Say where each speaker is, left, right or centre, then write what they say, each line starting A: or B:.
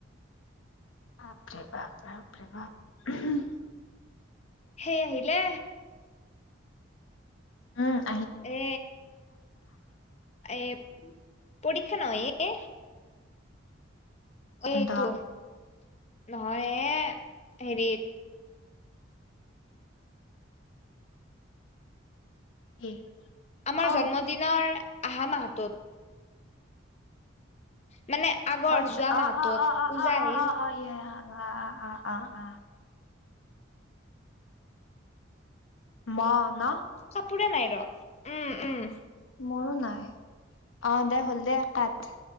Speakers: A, on the left; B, on the left.
A: বাপৰি বাপ বাপৰিবা ওহো-
B: সেই আহিলে।
A: উমঁ!
B: এ এ পৰীক্ষা নহয় এ।
A: বন্ধ
B: এইটো নহয়ে হেৰি।
A: কি
B: আমাৰ
A: অ
B: জন্মদিনৰ আহা মাহটোত। মানে- আগৰ
A: মৱচ
B: যোৱা
A: অঁ
B: মাহটোত
A: অঁ অঁ অঁ
B: পূজা
A: অঁ অঁ অঁ
B: আহিল
A: অঁ অঁ ইয়া ইয়া আহ আহ আহ। মহ ন।
B: কাপোৰে নাই ৰহ উমঁ উমঁ।
A: মোৰো নাই। অঁ দে হ'ল দে কাট।